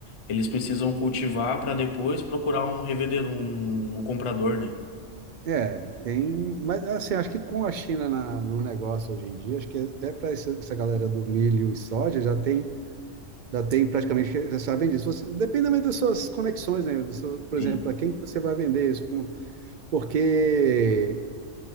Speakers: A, on the left (about 35°); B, on the right (about 70°).
A: eles precisam cultivar para depois procurar um revendedor, um, um comprador, né?
B: É, tem. Mas, assim, acho que com a China na, no negócio hoje em dia, acho que até para essa, essa galera do milho e soja já tem, já tem praticamente, já sabem disso. Você, depende também das suas conexões, né? Do seu- por
A: Sim,
B: exemplo, para quem que você vai vender isso? com- Porque